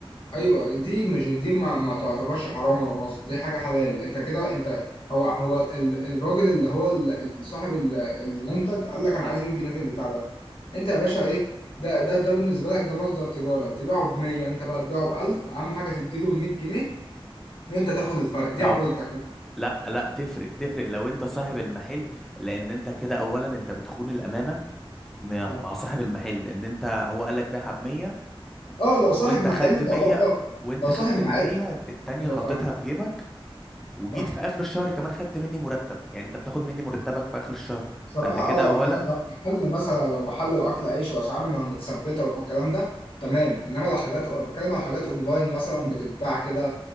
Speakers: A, on the left; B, in the centre.
A: ايوه دي مش دي ما, ما تعتبرش حرام ولا نصب دي حاجة حلال انت كده انت هو هو ال- الراجل اللي هو ال- ال- صاحب ال- المنتج قال لك انا عايز 100 جنيه في البتاع ده انت يا باشا ايه ده ده ده بالنسبة لك ده مصدر تجارة تبيعه ب 100 انت بقى تبيعه ب 1000 اهم حاجة تديله 100 جنيه وانت تاخد الفرق دي
B: طب
A: عمولتك
B: لا لا تفرق تفرق لو انت صاحب المحل لان انت كده اولا انت بتخون الامانه مع
A: اه
B: مع صاحب المحل ان انت هو قال لك بيعها ب 100
A: اه لو صاحب
B: وانت
A: محل
B: خدت
A: اه
B: 100
A: اه
B: وانت
A: لو صاحب
B: خدت
A: محل
B: ال 100 التانية
A: انا
B: حطيتها
A: فاهم
B: في جيبك وجيت
A: صح
B: في اخر الشهر كمان خدت مني مرتب يعني انت بتاخد مني مرتبك في اخر الشهر
A: صراحة
B: فانت كده
A: اه
B: اولا
A: لو لو محل مثلا لو محل واكل عيش واسعاره ما متثبتة والكلام ده تمام انما لو حاجات بتكلم على حاجات اونلاين مثلا بتتباع كده